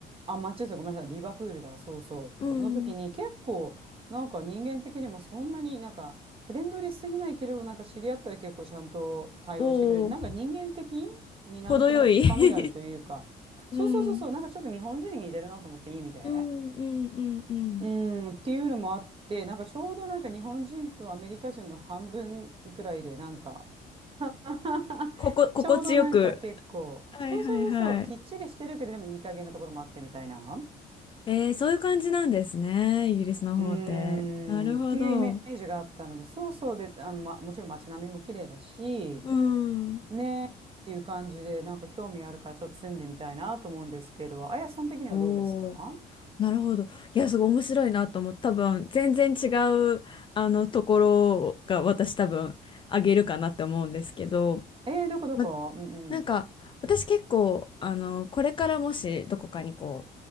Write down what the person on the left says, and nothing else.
うん。
おお、
程よい <laughs>
うん。
うんうんうんうん。
ここ、心地よく。
はいはいはい。
えー、そういう感じなんですね。イギリスの方って。
なるほど。
うん。
おお。なるほど。いや、すごい面白いなと思って、多分、全然違う、あの、ところが私多分、あげるかなって思うんですけど、
まなんか私結構あのこれからもしどこかにこ